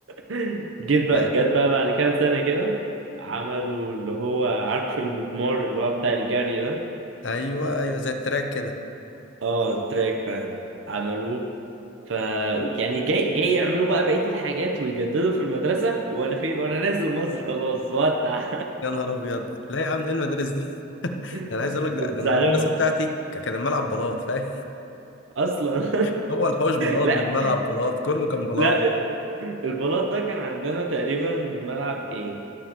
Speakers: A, on the right; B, on the left.
A: <laughs> جيت بقى
B: لا
A: جت بقى بعد كام سنه كده عملوا اللي هو عارف المضمار اللي هو بتاع الجري ده
B: ايوه ايوه زي التراك كده
A: اه تراك بقى ده عملوه ف يعني جاي جاي يعملوا بقى بقية الحاجات ويجددوا في المدرسة وانا فين وانا نازل مصر خلاص ودع
B: يا نهار ابيض لا يا عم ايه المدارس دي <laughs>
A: <laughs>
B: انا عايز اقول لك
A: كنت
B: ده ده
A: زعلان
B: انا المدرسه بتاعتي ك- كان الملعب بلاط فاهم
A: اصلا <laughs>
B: <laughs> هو الحوش بلاط
A: لا
B: بالملعب بلاط كله كان بلاط
A: لا البلاط ده كان عندنا تقريبا ملعب ايه